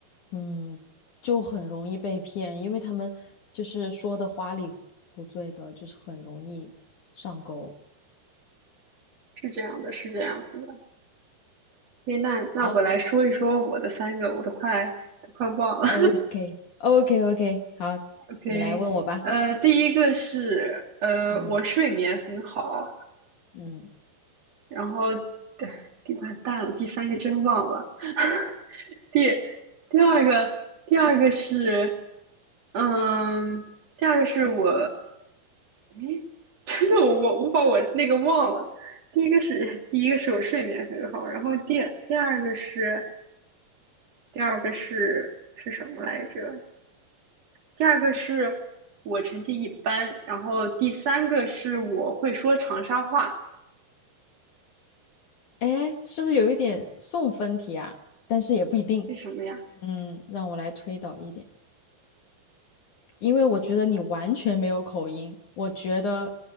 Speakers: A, on the left; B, on the right.
A: 嗯，就很容易被骗，因为他们就是说的花里胡醉的，就是很容易上钩。
B: 是这样的，是这样子的。所以那那我来说一说我的三个，
A: 好
B: 我都快都快忘了。
A: ，OK OK OK，好，
B: <laughs> OK，
A: 你来问我吧。
B: 呃，第一个是呃，
A: 嗯
B: 我睡眠很好。
A: 嗯，
B: 然后对，第八蛋了，第三个真忘了。<laughs> 第第二个，第二个是，嗯，第二个是我，诶，<laughs> 真的我我我把我那个忘了。第一个是第一个是我睡眠很好，然后第第二个是第二个是是什么来着？第二个是我成绩一般，然后第三个是我会说长沙话，
A: 哎，是不是有一点送分题啊？但是也不一定。
B: 为什么呀
A: 嗯，让我来推导一点。因为我觉得你完全没有口音，我觉得，